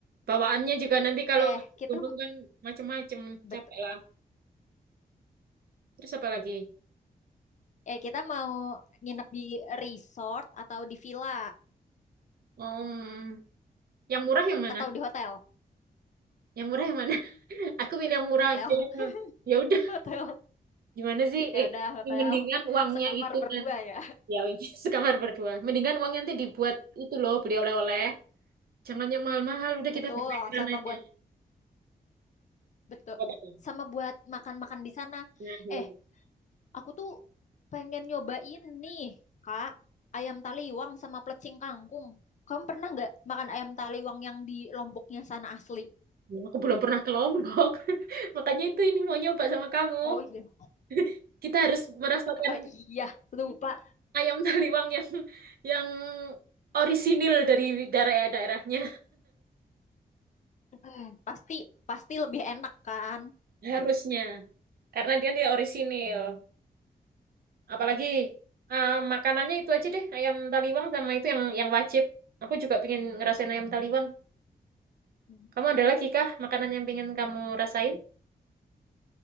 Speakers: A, on the right (about 70°); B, on the left (about 50°).
A: Bawaannya juga nanti kalau
B: Eh,
A: ke
B: kita
A: gunung kan macem-macem,
B: betul.
A: capek lah. Terus apa lagi?
B: Eh, kita mau nginep di resort atau di villa
A: Om, yang murah yang mana?
B: atau di hotel,
A: Yang murah yang mana? <laughs> Aku pilih yang murah
B: hotel,
A: aja. Ya udah,
B: <laughs> hotel.
A: gimana sih?
B: Ya
A: Eh,
B: udah hotel,
A: mendingan uangnya
B: sekamar
A: itu
B: berdua
A: kan.
B: ya.
A: Ya, <laughs> sekamar berdua. Mendingan uangnya nanti dibuat itu loh, beli oleh-oleh. Jangan yang mahal-mahal, udah
B: Betul,
A: kita bawa
B: sama
A: aja.
B: buat betul,
A: Whatever.
B: sama buat makan-makan di sana.
A: Nah, iya.
B: Eh, Aku tuh pengen nyobain nih, Kak, ayam taliwang sama plecing kangkung. Kamu pernah nggak makan ayam taliwang yang di Lomboknya sana asli?
A: Ya, Aku belum pernah ke Lombok. <laughs> Makanya itu ini mau nyoba sama kamu.
B: Oh iya.
A: <laughs> Kita harus merasakan
B: Oh iya, lupa. <laughs>
A: ayam taliwang yang yang orisinil dari daerah-daerahnya.
B: Eh, Pasti pasti lebih enak kan?
A: <laughs> Harusnya. Karena dia dia orisinil. Apalagi eh, makanannya itu aja deh, ayam taliwang sama itu yang yang wajib. Aku juga pengen ngerasain ayam taliwang.
B: Hmm.
A: Kamu ada lagi kah makanan yang pengen kamu rasain?